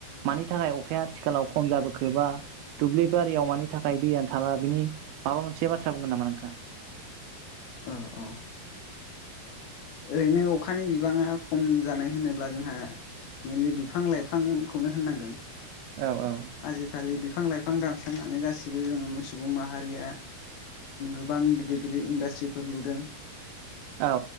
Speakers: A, on the right (about 80°); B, on the left (about 75°).
A: मानि थाखाय अखाया आथिखालाव खम जाबोखो बा दुब्लि बारियाव मानि थाखाय दैयानो थाला बिनि माबा मोनसे बाथ्रा बुंगोन नामा नोंथाङा?
B: ओ औ। ओरैनो अखानि बिबाङा खम जानाय होनोब्ला जोंहा मेनलि बिफां लाइफांखौनो होननांगोन।
A: औ औ
B: आजिखालि बिफां लाइ फां दानस्रांनानै गासिबो जों सुबुं माहारिया गोबां गिदिर गिदिर इन्डास्ट्रिफोर लुदों।
A: औ